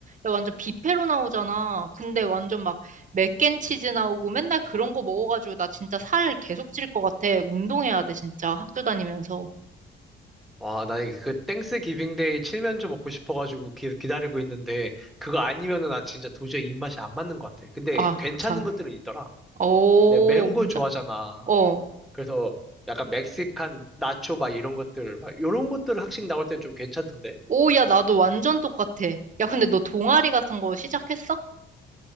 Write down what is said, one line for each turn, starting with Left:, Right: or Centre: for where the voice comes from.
Right: 야, 완전 뷔페로 나오잖아. 근데 완전 막 맥앤치즈 나오고 맨날 그런 거 먹어가지고 나 진짜 살 계속 찔 것 같아. 운동해야 돼, 진짜. 학교 다니면서.
Centre: 와, 나 이게 그 땡스 기빙데이 칠면조 먹고 싶어가지고 기, 기다리고 있는데 그거 아니면은 나 진짜 도저히 입맛이 안 맞는 것 같아. 근데
Right: 아,
Centre: 괜찮은
Right: 참.
Centre: 것들은 있더라.
Right: 오,
Centre: 네, 매운 걸
Right: 진짜?
Centre: 좋아하잖아.
Right: 어.
Centre: 그래서 약간 멕시칸 나초 막 이런 것들, 막 이런 것들 학식 나올 때 좀 괜찮던데?
Right: 오, 야, 나도 완전 똑같아. 야, 근데 너 동아리 같은 거 시작했어?